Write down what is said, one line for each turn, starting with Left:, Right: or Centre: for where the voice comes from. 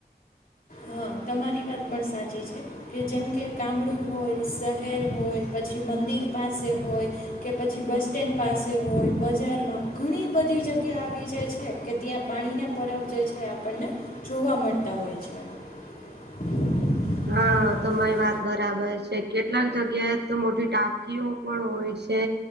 Left: હા તમારી વાત પણ સાચી છે. કે જેમ કે ગામડું હોય શહેર હોય પછી મંદિર પાસે હોય. કે પછી બસ સ્ટેન્ડ પાસે હોય બજારમાં ઘણી બધી જગ્યા આવી જાય છે. છે કે ત્યાં પાણીના પરબ જે છે, આપણને જોવા મળતા હોય છે. <unintelligible>
Right: હા
Left: એવું
Right: તમારી વાત બરાબર છે. એ કેટલાક જગ્યાએ તો મોટી ટાંકીઓ પણ હોય છે.